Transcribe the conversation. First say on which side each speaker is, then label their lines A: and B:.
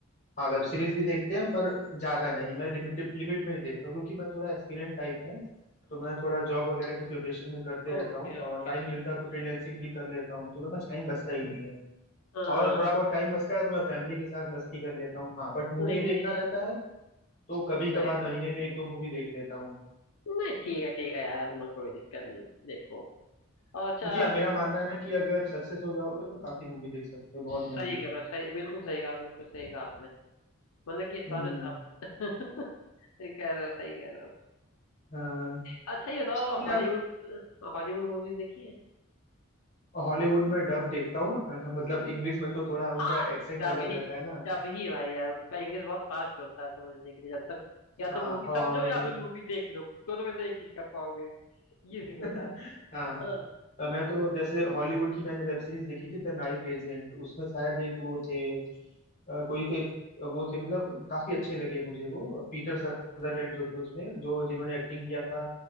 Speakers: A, on the left; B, on the left.
A: हाँ वेब सीरीज भी देखते हैं पर ज्यादा नहीं मैं लिमिट लिमिट में ही देखता हूँ क्योंकि मैं थोड़ा एस्पिरेंट टाइप हूँ तो मैं थोड़ा जॉब वगैरह की प्रिपरेशन में करते रहता
B: Okay
A: हूँ
B: okay
A: और टाइम मिलता है तो फ्रीलैंसिंग भी कर लेता हूँ तो मेरे पास टाइम बचता ही नहीं है
B: हाँ
A: और थोड़ा बहुत टाइम बचता है तो मैं फैमिली के साथ मस्ती कर लेता हूँ हाँ बट मूवी
B: नहीं
A: देखना
B: नहीं
A: रहता है तो कभी
B: सही
A: कभार महीने में एक दो मूवी देख लेता हूँ
B: नहीं ठीक है ठीक है यार ना कोई दिक्कत नहीं देखो और अच्छा
A: क्योंकि यार मेरा मानना है ना कि अगर सक्सेस हो जाओगे तो काफी मूवी देख सकते हो बहुत
B: सही
A: मूवी
B: कह रहे हो सही बिल्कुल सही कहा बिल्कुल सही कहा आपने मतलब कि इस
A: हम्म
B: बात में दम है <laughs> सही कह रहे हो सही कह रहे हो
A: हाँ
B: अच्छा ये बताओ
A: तो
B: हॉलीवुड
A: यार
B: हॉलीवुड मूवीज देखी है
A: हॉलीवुड में डब देखता हूँ अ, मतलब इंग्लिश में तो थोड़ा उनका
B: हाँ
A: एक्सेंट
B: जब
A: अलग
B: ही
A: रहता है ना
B: जब ही भाई यार उनका इंग्लिश बहुत फास्ट होता है समझने के लिए जब तक या
A: हाँ
B: तो मूवी
A: और
B: समझो या फिर मूवी देख लो तो तो वैसे एक चीज कर पाओगे ये सीन
A: <laughs>
B: होता है
A: हाँ
B: हाँ
A: अ, मैं तो जैसे हॉलीवुड की मैंने वेब सीरीज देखी थी द नाइट एजेंट उसमें शायद एक वो थे अ, कोई तो एक वो थे मतलब काफी अच्छे लगे मुझे वो पीटर सदरलैंड जो थे उसमें जो जिन्होंने एक्टिंग किया था